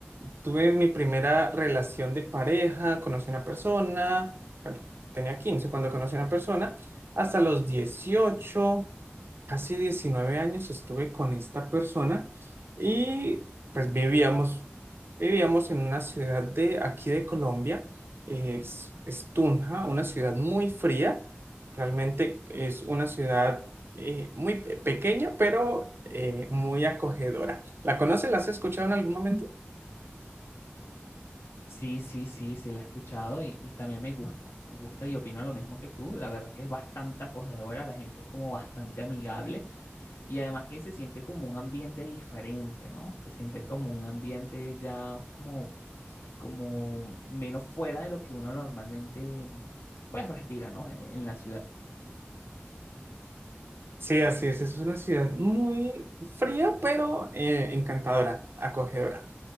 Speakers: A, on the right; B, on the left.
A: Tuve mi primera relación de pareja, conocí a una persona, bueno, tenía 15 cuando conocí a una persona, hasta los 18 casi 19 años estuve con esta persona y pues vivíamos, vivíamos en una ciudad de aquí de Colombia, es, es Tunja, una ciudad muy fría, realmente es una ciudad eh, muy pe- pequeña, pero eh, muy acogedora. ¿La conoces? ¿La has escuchado en algún momento?
B: Sí, sí, sí, sí, la he escuchado y, y también me gusta. Me gusta y opino lo mismo que tú. La verdad es que es bastante acogedora, la gente es como bastante amigable. Y además que se siente como un ambiente diferente, ¿no? Se siente como un ambiente ya como, como menos fuera de lo que uno normalmente pues respira, ¿no? E-, En la ciudad.
A: Sí, así es. Es una ciudad muy fría, pero eh, encantadora, acogedora.